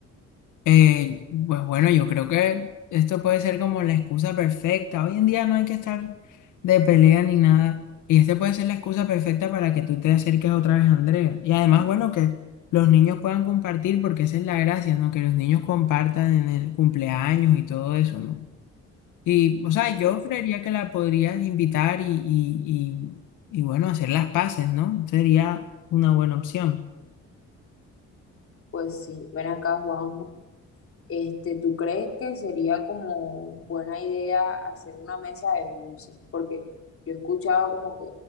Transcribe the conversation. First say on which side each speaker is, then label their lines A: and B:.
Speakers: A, on the left; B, on the left.
A: Eh, pues bueno, yo creo que esto puede ser como la excusa perfecta. Hoy en día no hay que estar de pelea ni nada. Y este puede ser la excusa perfecta para que tú te acerques otra vez a Andrea. Y además, bueno, que los niños puedan compartir, porque esa es la gracia, ¿no? Que los niños compartan en el cumpleaños y todo eso, ¿no? Y, o sea,
B: Pero,
A: yo
B: pues,
A: creería que la podrías invitar y, y, y, y bueno, hacer las paces, ¿no? Sería una buena opción.
B: Pues sí, ven acá, Juan Este, ¿tú crees que sería como buena idea hacer una mesa de dulces? Porque yo he escuchado como que